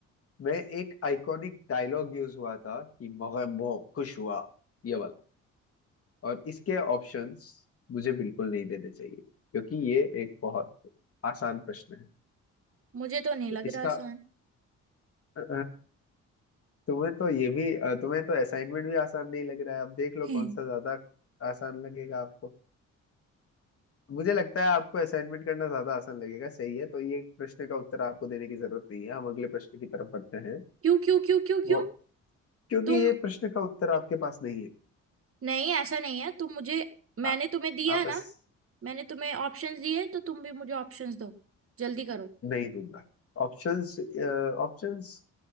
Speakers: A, on the left; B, on the right.
A: मैं एक आइकॉनिक डायलॉग यूज हुआ था कि मैं बहुत खुश हुआ ये वाला और इसके ऑप्शंस मुझे बिल्कुल नहीं देने चाहिए क्योंकि ये एक बहुत आसान प्रश्न है
B: मुझे तो नहीं
A: तो
B: लग
A: इसका
B: रहा आसान <laughs>
A: अ, तुम्हें तो ये भी अ, तुम्हें तो असाइनमेंट भी आसान नहीं लग रहा है अब देख लो
B: क्यों
A: कौन सा ज्यादा आसान लगेगा आपको मुझे लगता है आपको असाइनमेंट करना ज्यादा आसान लगेगा सही है तो ये प्रश्न का उत्तर आपको देने की जरूरत नहीं है हम अगले प्रश्न की तरफ बढ़ते हैं
B: क्यों क्यों क्यों क्यों
A: वो क्योंकि
B: तुम
A: ये प्रश्न का उत्तर आपके पास नहीं है
B: नहीं ऐसा नहीं है तुम मुझे मैंने
A: आ,
B: तुम्हें दिया
A: आप
B: ना
A: बस
B: मैंने तुम्हें ऑप्शंस दिए तो तुम भी मुझे ऑप्शंस दो जल्दी करो
A: नहीं दूंगा ऑप्शंस ऑप्शंस